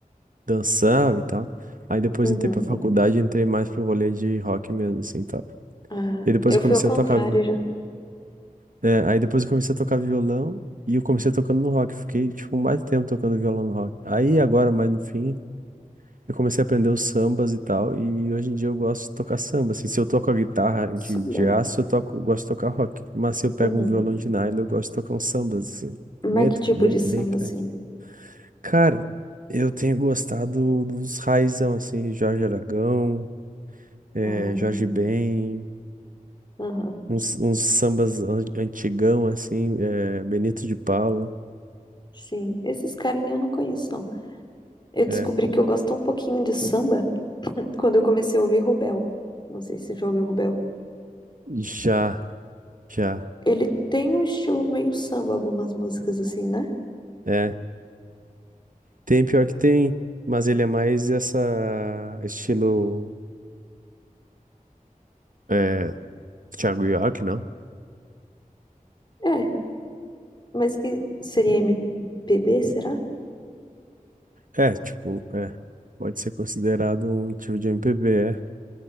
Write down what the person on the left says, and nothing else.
Uhum.
Ah,
eu
fui
ao contrário
já.
Samba.
Uhum.
Mas
que tipo
de samba,
assim?
Ah,
aham.
Sim, esses carinha eu não conheço, não. Eu descobri
que eu gosto um pouquinho de samba quando eu comecei a ouvir Rubel. Não sei se você já ouviu Rubel.
Ele tem um estilo meio samba, algumas músicas assim, né?
É, mas que seria MPB, será?